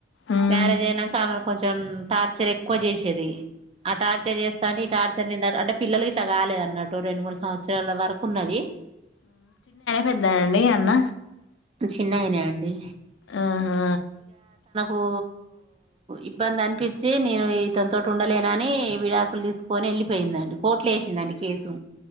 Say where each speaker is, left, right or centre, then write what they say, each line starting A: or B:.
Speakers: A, on the left; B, on the right.
A: ఉమ్
B: మ్యారేజ్ అయినాక ఆమెను కొంచెం టార్చర్ ఎక్కువ చేసేది ఆ టార్చర్ చేస్తాంటే ఈ టార్చర్ అంటే పిల్లలు ఇట్లా కాలేదు అన్నట్టు రెండు మూడు సంవత్సరాల వరకు ఉన్నది
A: పెద్ద అండీ అన్న
B: చిన్నయినా అండి
A: ఆహా
B: ఉ ఇబ్బంది అనిపించి నేను ఇతనితోటి ఉండను లేనని విడాకులు తీసు కొనెల్లి పోయిందండి కోట్లు వేసిందండి కేసు